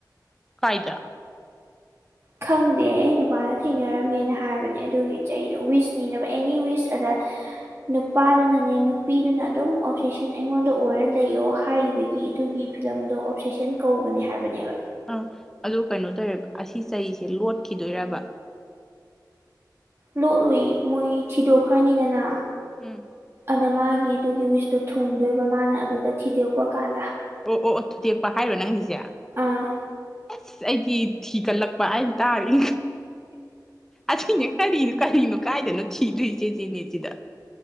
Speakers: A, in the centre; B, on the right.
A: ꯀꯥꯏꯗ
B: ꯈꯪꯗꯦ ꯑꯩ ꯅꯨꯄꯥꯅ ꯊꯦꯡꯅꯔꯝꯃꯦꯅ ꯍꯥꯏꯕꯅꯦ ꯑꯗꯨꯒꯤ ꯆꯩꯗꯣ ꯋꯤꯁꯅꯤꯅꯕ ꯑꯦꯅꯤ ꯋꯤꯁ ꯑꯗ ꯅꯨꯄꯥꯗꯨꯅꯅꯦ ꯅꯨꯄꯤꯗꯨꯅ ꯑꯗꯨꯝ ꯑꯣꯞꯖꯦꯁꯟ ꯑꯩꯉꯣꯟꯗ ꯑꯣꯏꯔ ꯂꯩꯑꯣ ꯍꯥꯏꯕꯒꯤ ꯒꯤ ꯑꯗꯨꯒꯤ ꯐꯤꯂꯝꯗꯣ ꯑꯣꯞꯁꯦꯁꯟ ꯀꯧꯕꯅꯦ ꯍꯥꯏꯕꯅꯦꯕ
A: ꯑꯥ ꯑꯗꯨ ꯀꯩꯅꯣ ꯇꯧꯔꯦꯕ ꯑꯁꯤ ꯆꯩꯁꯦ ꯂꯣꯠꯈꯤꯗꯣꯏꯔꯕ
B: ꯂꯣꯠꯂꯨꯏꯌꯦ ꯃꯣꯏ ꯊꯤꯗꯣꯛꯈ꯭ꯔꯅꯤꯗꯅ
A: ꯎꯝ
B: ꯑꯗ ꯃꯥꯒꯤ ꯑꯗꯨꯒꯤ ꯋꯤꯁꯇꯣ ꯊꯨꯡꯗꯣꯏꯕ ꯃꯥꯅ ꯑꯗꯨꯗ ꯊꯤꯗꯣꯛꯄ ꯀꯥꯟ
A: ꯑꯣ ꯑꯣ ꯑꯣ ꯊꯨꯗꯦꯛꯄ ꯍꯥꯏꯔꯣ ꯅꯪꯒꯤꯁꯦ
B: ꯑꯥ
A: ꯑꯁ ꯑꯩꯗꯤ ꯊꯤꯒꯠꯂꯛꯄ ꯍꯥꯏ ꯇꯥꯔꯤ ꯑꯁꯤꯅꯦ ꯀꯔꯤꯅꯣ ꯀꯔꯤꯅꯣ ꯀꯥꯏꯗꯅꯣ ꯊꯤꯗꯣꯏꯆꯦꯆꯦꯍꯦ ꯑꯁꯤꯗ